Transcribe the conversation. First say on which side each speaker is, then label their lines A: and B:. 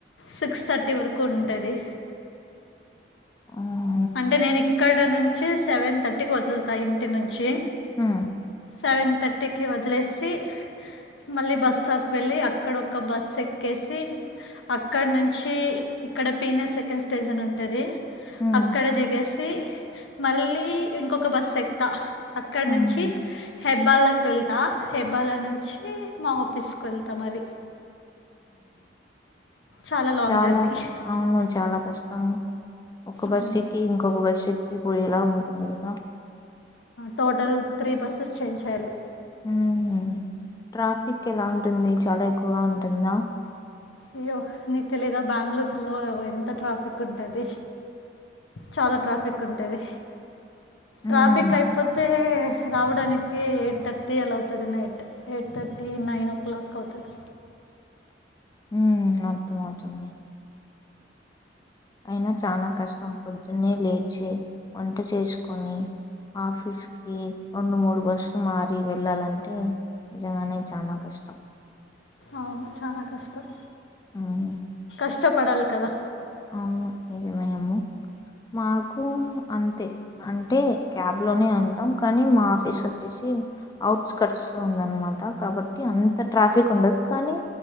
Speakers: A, on the left; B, on the left.
A: సిక్స్ థర్టీ వరకు ఉంటది
B: ఓ
A: అంటే నేను ఇక్కడ నుంచి సెవెన్ థర్టీకి వదుల్తా ఇంటి నుంచి
B: ఊ
A: సెవెన్ థర్టీకి వదిలేసి మళ్ళీ బస్ స్టాప్కి వెళ్ళి అక్కడొక్క బసెక్కేసి అక్కడ్నుంచి ఇక్కడ పీనె సెకండ్ స్టేజన్ ఉంటది
B: హ్మ్
A: అక్కడ దిగేసి మళ్ళీ ఇంకొక బస్సెక్తా అక్కడ్నుంచి
B: హ్మ్
A: హెబ్బలకి వెళ్తా హెబ్బాల నుంచి మా ఆఫీస్కేళ్తా అది చాలా లాంగ్
B: చానా
A: జర్నీ
B: అవ్ను చాలా కష్టం ఒక
A: అవును
B: బసేక్కి ఇంకొక బస్సేక్కి పోయేలా ఉంటుంది కదా
A: టోటల్ త్రీ బస్సెస్ చేంజ్ చేయాలి
B: ఉహ్ ట్రాఫిక్ ఎలా ఉంటుంది చాలా ఎక్కువగా ఉంటుందా
A: అయ్యో నీకు తెలీదా బెంగళూరులో ఎంత ట్రాఫికుంటది చాలా ట్రాఫికుంటది
B: హ్మ్.
A: ట్రాఫికైపోతే రావడానికి ఎయిట్ థర్టీ ఎలా అవుతది night eight thirty nine o'clock అవుతది
B: ఊ అర్థమవుతుంది అయినా చాలా కష్టం పొద్దున్న లేచి వంట చేస్కొని ఆఫీస్కి రోండు మూడు బస్సులు మారి వెళ్ళాలంటే నిజంగానే చానా కష్టం
A: అవును చానా కష్టం
B: ఆవును
A: కష్టపడాలి కదా
B: అవ్ను నిజమే మేమో మాకు అంతే అంటే క్యాబ్లోనే వెల్తాం కానీ మా ఆఫీస్ వచ్చేసి అవుట్స్కట్స్లో ఉందనమాట కాబట్టి అంత ట్రాఫిక్ ఉండదు కానీ